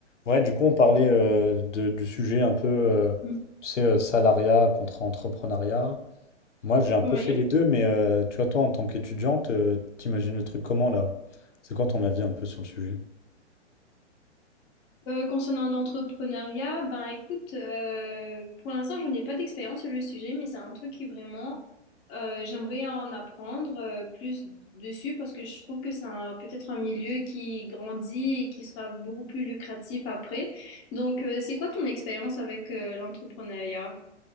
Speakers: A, on the left; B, on the left.
A: Ouais, du coup, on parlait euh, de- du sujet un peu, euh,
B: Mm.
A: tu sais, euh, salariat contre entrepreneuriat. Moi, j'ai un peu
B: Oui.
A: fait les deux, mais euh, tu vois, toi, en tant qu'étudiante, euh, t'imagines le truc comment là? C'est quoi ton avis un peu sur le sujet?
B: Euh, concernant l'entrepreneuriat, ben écoute, euh, pour l'instant, je n'ai pas d'expérience sur le sujet, mais c'est un truc qui vraiment, euh, j'aimerais en apprendre euh, plus dessus parce que je trouve que c'est un- peut-être un milieu qui grandit et qui sera beaucoup plus lucratif après. Donc, euh, c'est quoi ton expérience avec euh, l'entrepreneuriat?